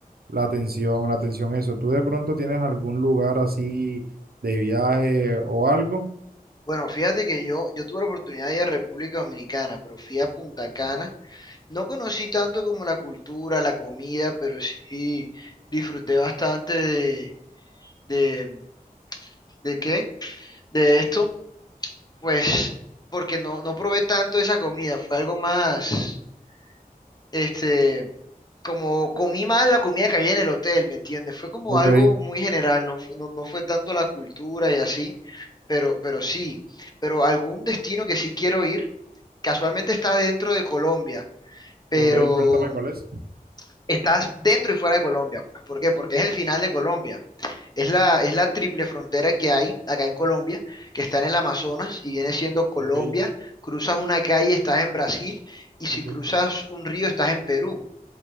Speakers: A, on the right; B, on the left.
A: la atención, la atención eso. ¿Tú de pronto tienes algún lugar así de viaje o algo?
B: Bueno, fíjate que yo, yo tuve la oportunidad de ir a República Dominicana, pero fui a Punta Cana. No conocí tanto como la cultura, la comida, pero sí disfruté bastante de, de, ¿de qué? De esto, pues, porque no, no probé tanto esa comida, fue algo más, este, como comí más la comida que había en el hotel, ¿me entiendes? Fue como
A: Ok,
B: algo muy general, no fue, no, no fue tanto la cultura y así, pero, pero sí, pero algún destino que sí quiero ir Casualmente está dentro de Colombia, pero
A: ok, cuéntame cuál es.
B: estás dentro y fuera de Colombia. Pues. ¿Por qué? Porque es el final de Colombia. Es la, es la triple frontera que hay acá en Colombia, que está en el Amazonas y viene siendo Colombia.
A: Ok,
B: Cruzas una calle, estás en Brasil, y si
A: ok,
B: cruzas un río, estás en Perú.